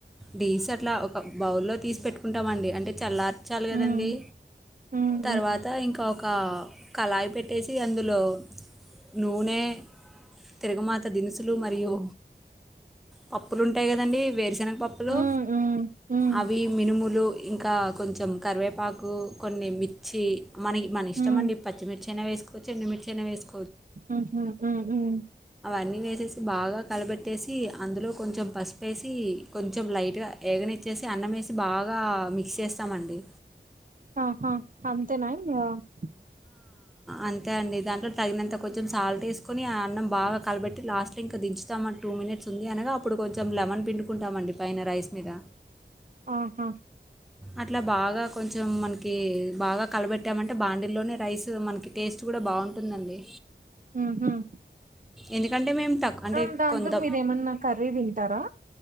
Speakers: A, in the centre; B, on the right.
A: డీస్ అట్ల ఒక బౌల్లో తీస్ పెట్టుకుంటమండీ అంటే చల్లార్చాల్ కదండి
B: ఉమ్ ఉమ్
A: తర్వాత
B: ఉమ్
A: ఇంకా ఒక కళాయి పెట్టేసి అందులో నూనె తిరగమాత దినుసులు మరియు పప్పులుంటాయి కదండీ వేరుశెన పప్పులు
B: ఉమ్ ఉమ్
A: అవి మినుములు ఇంకా కొంచెం కరివేపాక్ కు కొన్ని మిచ్చి మ మన ఇష్టం
B: ఉమ్
A: అండి పచ్చి మిచ్చి అయిన వేసుకోచ్చు ఎండు మిచ్చి ఆయన వేసుకో
B: ఉహ్మ్ ఉహ్మ్
A: హ్మ్ మేసిస్ బాగా కలబెట్టేసి అందులో కొంచెం పసుపేసి కొంచెం లైట్ గ ఎగనిచ్చేసి అన్నం ఏసీ బాగ మిక్స్ చేస్తామండి
B: ఆహా అంతేన ఇంగ <inaudible>
A: అంతే అండి దాంట్లో తగినంత కొంచెం సాల్ట్ వేసుకుని అన్నం బాగ కలబెట్టి లాస్ట్లో ఇంకా దించుతాం అంటు టు మినిట్స్ ఉంది అనగ అప్పుడు కొంచెం లెమన్ పిండుకుంటామండి పైన రైస్ మీద
B: ఆహా
A: అట్ల బాగ కొంచెం మనకి బాగ కలబెట్టామంటే బాండి ఇలోనే రైస్ మనకి టేస్ట్ కూడ బాగుంటుందండి
B: ఉహ్మ్
A: ఎందుకంటే మేము తక్కువ అంటే
B: ఆ దాంతో
A: కొంత
B: మీర ఏమన్న కర్రీ తింటరా